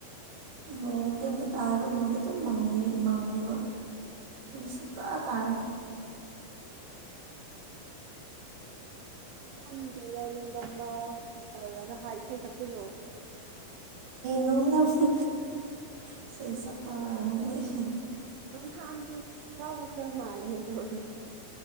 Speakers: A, on the right; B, on the right.
A: ꯅꯣꯡꯗꯤ ꯑꯝꯇ ꯇꯥꯔꯕ ꯅꯣꯡꯗꯤ ꯑꯗꯨꯝ ꯃꯪꯉ ꯃꯪꯉꯕ ꯁꯨꯡꯇ ꯇꯥꯔꯔꯣꯏ
B: ꯈꯪꯗ꯭ꯔꯦꯗ ꯅꯤꯡꯗꯝꯕ ꯑꯃ ꯇꯧꯔꯒ ꯍꯥꯏ ꯏꯁꯩ ꯁꯛꯆꯤꯜꯂꯛꯑꯣ
A: ꯅꯣꯡꯗꯕꯨ ꯏꯁꯩ ꯁꯛꯄ <unintelligible>
B: ꯅꯣꯡꯊꯥꯡꯁꯨ ꯁꯥꯎ ꯈꯔ ꯃꯥꯜꯂꯦ ꯇꯧꯕꯗꯣ